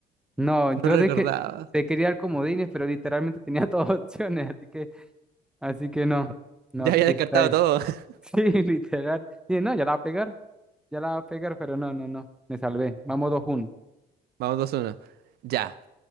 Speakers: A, in the centre; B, on the right (about 70°).
A: No, yo
B: No recordaba.
A: de que te quería dar comodines, pero literalmente tenía todas <laughs> opciones, así que, así que no, no,
B: Ya había
A: triste
B: descartado
A: ahí.
B: todo.
A: <laughs>
B: <laughs>
A: Sí, literal. Y no, ya la va a pegar, ya la va a pegar, pero no, no, no, me salvé. Vamos dos uno.
B: Vamos dos uno. Ya.